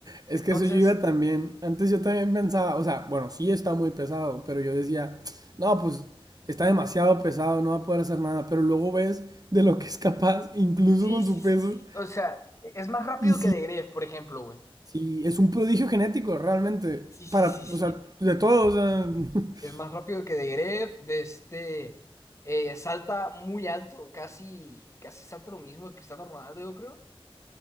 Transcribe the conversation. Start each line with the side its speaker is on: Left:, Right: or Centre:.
Right: Es
Left: Entonces,
Right: que eso yo iba también. Antes yo también pensaba, o sea, bueno, sí está muy pesado, pero yo decía, no, pues está demasiado pesado, no va a poder hacer nada. Pero luego ves de lo que es capaz, incluso
Left: sí,
Right: con
Left: sí,
Right: su peso.
Left: sí, sí. O sea, e- es más rápido
Right: Y sí,
Left: que De Gref, por ejemplo, güey.
Right: sí, es un prodigio genético, realmente.
Left: Sí, sí,
Right: Para,
Left: sí, sí.
Right: o sea, de todos, o sea, <laughs>
Left: Es más rápido que de Gref, de este eh, salta muy alto, casi, casi salta lo mismo que Cristiano Ronaldo, yo creo.